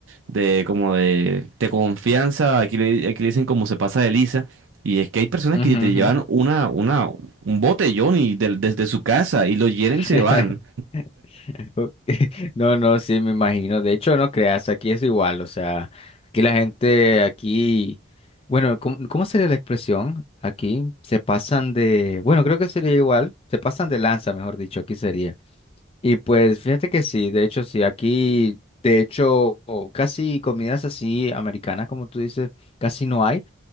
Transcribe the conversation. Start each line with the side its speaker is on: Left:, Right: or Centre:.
Right: de como de, de confianza, aquí le, aquí le dicen como se pasa de lisa, y es que hay personas
Left: ujú,
Right: que te
Left: ujú.
Right: llevan una, una, un botellón y del- desde su casa y lo llenan
Left: <laughs>
Right: y se van.
Left: Ok. <laughs> No, no, sí, me imagino. De hecho, no creas, aquí es igual. O sea, aquí la gente, aquí, bueno, ¿cómo, cómo sería la expresión? Aquí se pasan de, bueno, creo que sería igual, se pasan de lanza, mejor dicho, aquí sería. Y pues fíjate que sí, de hecho sí, aquí de hecho o casi comidas así americanas como tú dices, casi no hay,